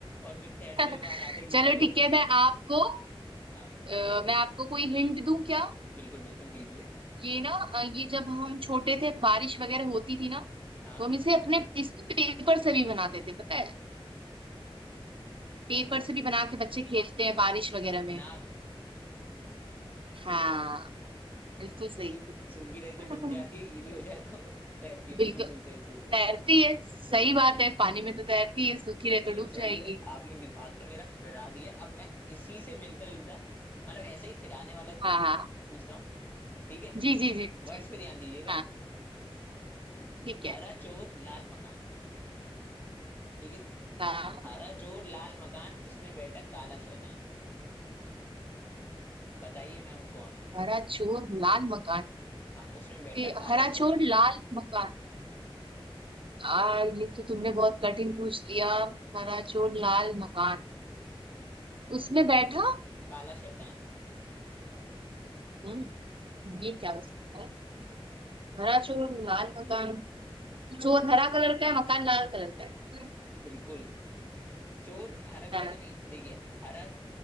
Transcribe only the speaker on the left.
और फिर तैरते
हुए बाहर आता है, गीला
रह
जाता
है।
हाँ
बताइए
बताइए
बिल्कुल बिल्कुल दीजिए
हाँ
इसको
नाव
सू, सूखी रहे तो
डूब जाती है गीली हो जाए तो तैरती है
बिल्कुल सही सही सही सही
चलिए
चलिए
आपने दिमाग तो मेरा फिरा दिया अब मैं इसी से मिलता जुलता मतलब ऐसे ही फिराने वाला
पूछता हूँ ठीक है
वर्ड्स पे ध्यान दीजिएगा
हरा
चोर लाल मकान ठीक है
हरा चोर लाल मकान उसमें बैठा काला शैतान बताइए मैं हूं कौन
हाँ उसमें बैठा
काला
शैतान
काला शैतान
बिल्कुल चोर हरा कलर
का नहीं देखिए हरा